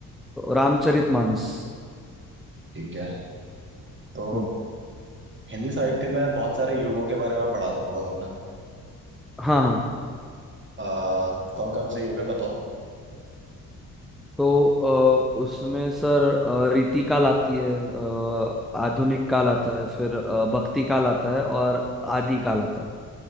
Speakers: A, in the centre; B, on the right.
A: रामचरितमानस
B: ठीक है तो
A: हम्म
B: हिंदी साहित्य में बहुत सारे युगों के बारे में पढ़ा होगा तुमने
A: हाँ हाँ।
B: कौन कौन से युग है बताओ
A: तो अ, उसमें सर अ, रीति काल आती है अ, आधुनिक काल आता है फिर अ, भक्ति काल आता है और आदि काल आता